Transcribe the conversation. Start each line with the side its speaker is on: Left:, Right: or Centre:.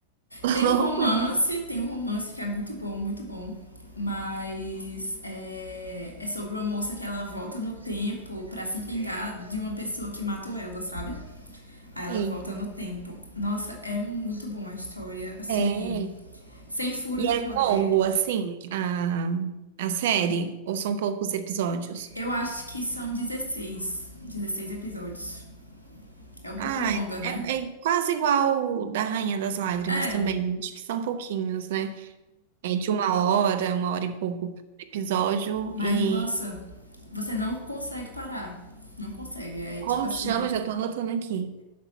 Right: <laughs>
Left: tem um romance, tem um romance que é muito bom, muito bom. Mas é, é sobre uma moça que ela volta no tempo pra se vingar de uma pessoa que matou ela, sabe? Aí ela
Right: Eita.
Left: volta no tempo. Nossa, é muito bom a história, assim,
Right: É.
Left: sem furos
Right: E
Left: de
Right: é
Left: roteiro.
Right: longo, assim, a, a série? Ou são poucos episódios?
Left: Eu acho que são dezesseis dezesseis episódios. É um pouco
Right: Ah,
Left: longa, né?
Right: é, é quase igual o da Rainha das Lágrimas
Left: É,
Right: também. Acho que são pouquinhos, né? é de uma hora, uma hora e pouco por episódio.
Left: mas
Right: E
Left: nossa, você não consegue parar. Não consegue. É
Right: como
Left: tipo assim,
Right: que chama? Já tô anotando aqui.